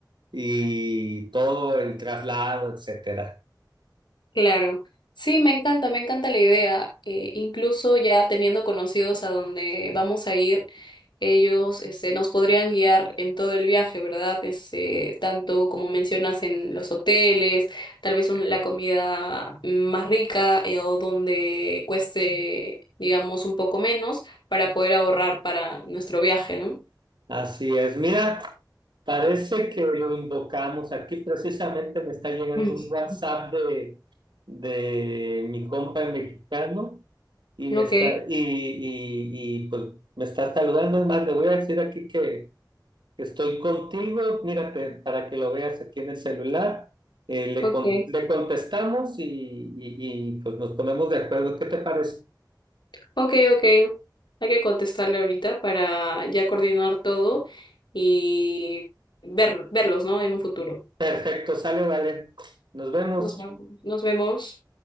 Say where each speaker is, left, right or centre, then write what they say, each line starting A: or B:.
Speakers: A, on the right; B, on the left.
A: y todo el traslado, etcétera.
B: Claro, sí, me encanta, me encanta la idea. Eh, incluso ya teniendo conocidos a donde vamos a ir, ellos este, nos podrían guiar en todo el viaje, ¿verdad? Este, tanto como mencionas en los hoteles, tal vez un- la comida más rica eh, o donde cueste, digamos, un poco menos para poder ahorrar para nuestro viaje, ¿no?
A: Así es, mira, parece que lo invocamos. Aquí precisamente me está llegando
B: <laughs>
A: un WhatsApp de, de mi compa el mexicano y me
B: Ok,
A: está, y, y, y pues me está saludando. Es más, le voy a decir aquí que, Estoy contigo, mírate, para que lo veas aquí en el celular. Eh, le,
B: ok.
A: con- le contestamos y, y y, pues nos ponemos de acuerdo. ¿Qué te parece?
B: Ok, ok. Hay que contestarle ahorita para ya coordinar todo y ver, verlos, ¿no? En un futuro.
A: Perfecto, sale, vale. Nos vemos.
B: Nos vemos. Nos vemos.